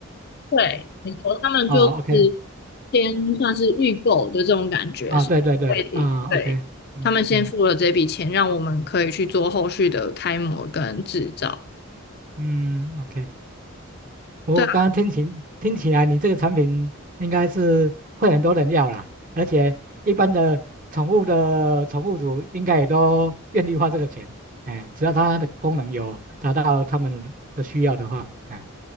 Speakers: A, on the left; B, on the right.
A: 对，没错，他们就是
B: 哦，OK
A: 先算是预购的这种感觉，
B: 啊，
A: 是会对，
B: 对对对啊，OK，嗯嗯
A: 他们先付了这笔钱，让我们可以去做后续的开模跟制造。
B: 嗯，OK。我刚刚听起听起来，
A: 对
B: 你这个产品应该是会很多人要啦，而且一般的宠物的宠物主应该也都愿意花这个钱，哎，只要它的功能有达到他们的需要的话，哎